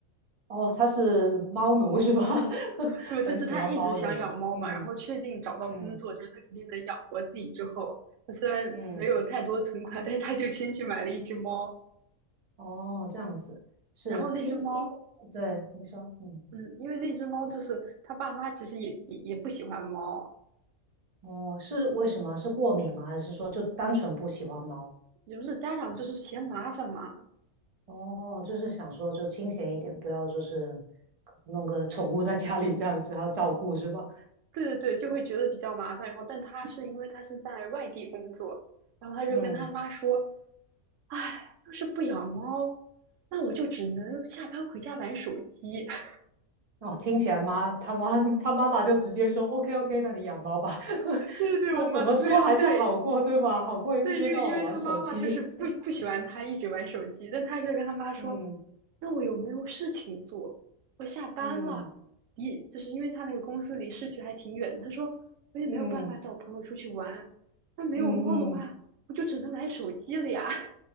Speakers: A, on the right; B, on the right.
A: 哦，他是猫奴是吧？<laughs>
B: <laughs> 不，就是她一直想养猫嘛，
A: 很喜欢猫的人。嗯
B: 然后确定找到工作就是她肯定能养活自己之后，
A: 嗯
B: 她虽然没有太多存款，
A: 嗯，
B: 但是她就先去买了一只猫，
A: 哦，这样子是因因为对你说，
B: 然后那只猫。
A: 嗯，
B: 嗯，因为那只猫就是他爸妈，其实也也也不喜欢猫，
A: 哦，是为什么？是过敏吗？还是说就单纯不喜欢猫？
B: 也不是家长就是嫌麻烦嘛。
A: 哦，就是想说就清闲一点，不要就是弄个宠物在家里这样子，还要照顾是吧？
B: 对对对，就会觉得比较麻烦。然后，但他是因为他是在外地工作，然后他就跟他妈说：
A: 嗯
B: “哎，要是不养猫，那我就只能下班回家玩手机。<laughs>”
A: 哦，听起来妈他妈他妈妈就直接说 OK OK，那你养猫吧。<laughs>
B: 对对对，
A: 那怎么说还是好过对吧？
B: 我妈对然后对，
A: 好过一天到晚玩手机。
B: 对，因为因为他妈妈就是不不喜欢他一直玩手机，
A: <laughs>
B: 但他就跟他妈说：
A: 嗯
B: “那我有没有事情做？我下班了，
A: 嗯
B: 离就是因为他那个公司离市区还挺远他说：“我也没有办法找朋友出去玩，
A: 嗯
B: 那没有猫的话，
A: 嗯嗯，
B: 我就只能玩手机了呀。”